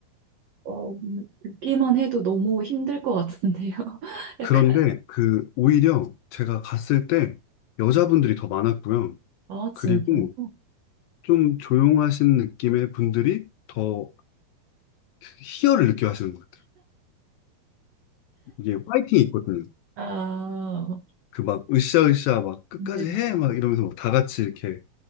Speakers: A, on the right; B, on the left.
A: 어, 듣기만 해도 너무 힘들 것 같은데요. <laughs> 약간,
B: 그런데 그 오히려 제가 갔을 때 여자분들이 더 많았고요.
A: 아,
B: 그리고
A: 진짜요?
B: 좀 조용하신 느낌의 분들이 더 희열을 느껴 하시는 것 같아요. 이게 파이팅이 있거든요.
A: 아,
B: 그 막 으쌰으쌰 막 끝까지
A: 네네.
B: 해 막 이러면서 막 다 같이 이렇게